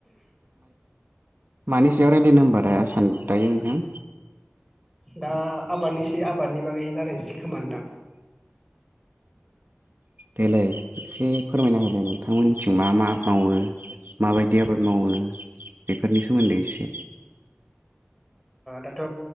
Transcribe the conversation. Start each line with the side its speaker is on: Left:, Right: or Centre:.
Right: मानै सयाव रायजलायनो हबा दा सान दायो नोंथां?
Centre: दा आबादनिसै आबादनि बागै राराय जि खोमानोदां
Right: देलै एसे फोरमायना होलाय नोंथांमोननिथिं मा मा मावो माबायदि आबाद मावो बेफोरनि सोमोन्दै एसे
Centre: दाथ'